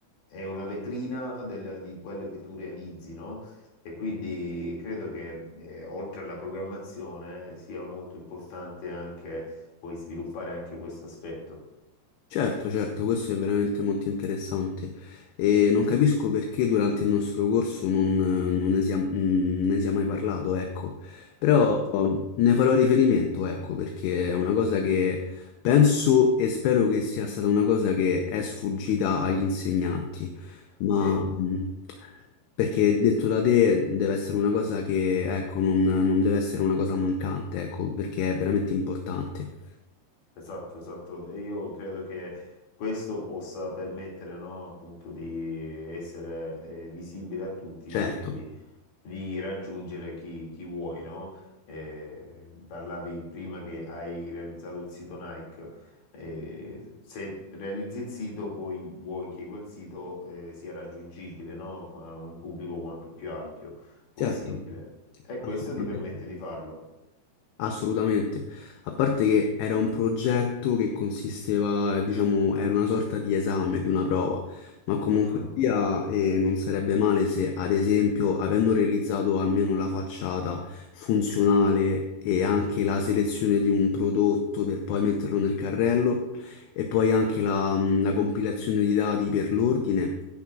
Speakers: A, on the left; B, on the left.
A: è una vetrina del- di quello che tu realizzi, no? E quindi credo che eh, oltre alla programmazione sia molto importante anche poi sviluppare anche questo aspetto.
B: Certo, certo, questo è veramente molto interessante e non capisco perché durante il nostro corso non, non ne sia, mm, ne sia mai parlato, ecco, però
A: Esatto.
B: oh, ne farò riferimento, ecco, perché è una cosa che penso e spero che sia stata una cosa che è sfuggita agli insegnanti, ma
A: Sì,
B: mm, perché detto da te deve essere una cosa che, ecco, non, non deve essere una cosa mancante, ecco, perché è veramente importante.
A: esatto, esatto. E io credo che questo possa permettere, no, appunto di essere eh, visibile a tutti
B: Certo.
A: e quindi di raggiungere chi, chi vuoi, no? Eh, parlavi prima che hai realizzato il sito Nike. Eh, se realizzi il sito, poi vuoi che quel sito eh, sia raggiungibile, no? A un pubblico quanto più ampio possibile.
B: Certo,
A: E
B: assolutamente.
A: questo ti permette di farlo.
B: Assolutamente, a parte che era un progetto che consisteva, diciamo, era una sorta di esame, di una prova, ma comunque
A: Mm,
B: sia eh, non sarebbe male se, ad esempio, avendo realizzato almeno la facciata funzionale e anche la selezione di un prodotto per poi metterlo nel carrello e poi anche la, mm, la compilazione di dati per l'ordine,